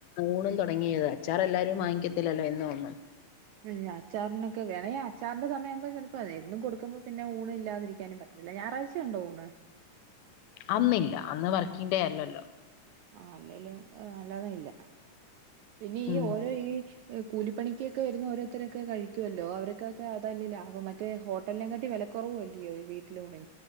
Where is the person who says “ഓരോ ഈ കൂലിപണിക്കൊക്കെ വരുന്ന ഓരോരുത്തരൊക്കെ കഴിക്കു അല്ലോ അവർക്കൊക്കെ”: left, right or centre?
Right